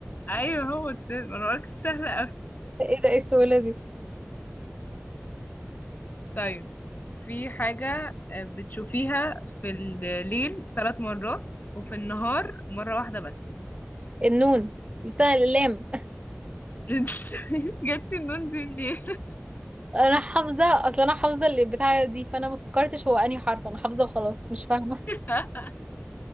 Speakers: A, on the left; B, on the right.
A: أيوه هو كتاب أنا بقولك سهلة أوي
B: <laughs> ايه ده ايه السهولة دي
A: طيب في حاجة آه، بتشوفيها في الليل ثلاث مرات وفي النهار مرة واحدة بس
B: النون التاء اللام
A: <laughs> انت جبتي النون دي منين؟
B: انا حافظة اصلا انا حافظة اللي بتاع دي فانا ما فكرتش هو انهي حرف انا حافظة وخلاص مش فاهمة
A: <laughs>